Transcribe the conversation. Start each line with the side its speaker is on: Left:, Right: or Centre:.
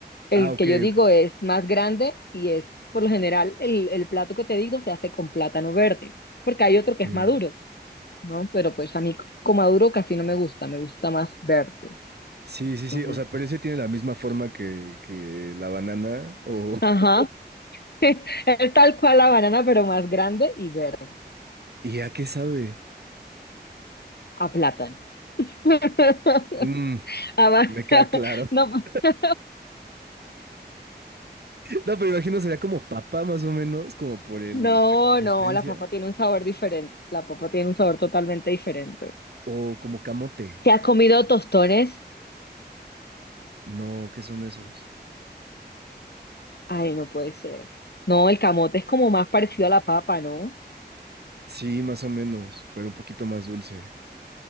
Left: El
Right: Ah, ok,
Left: que yo digo
Right: ok.
Left: es más grande y es, por lo general, el, el plato que te digo se hace con plátano verde, porque hay otro que es maduro,
Right: ok.
Left: ¿no? Pero pues a mí c- con maduro casi no me gusta, me gusta más verde.
Right: Sí, sí,
Left: Entonces,
Right: sí. O sea, pero ese tiene la misma forma que, que la banana. O...
Left: ajá,
Right: <laughs>
Left: <laughs> es tal cual la banana, pero más grande y verde,
Right: ¿Y a qué sabe?
Left: a plátano. <laughs>
Right: Mm,
Left: Ama-
Right: me queda
Left: <laughs>
Right: claro. <laughs> No, pero imagino sería como papa, más o menos, como por el,
Left: No,
Right: la consistencia.
Left: no, no, la papa tiene un sabor diferente, la papa tiene un sabor totalmente diferente.
Right: O como camote.
Left: ¿Se ha comido tostones?
Right: No, ¿qué son esos?
Left: Ay, no puede ser. No, el camote es como más parecido a la papa, ¿no?
Right: Sí, más o menos, pero un poquito más dulce.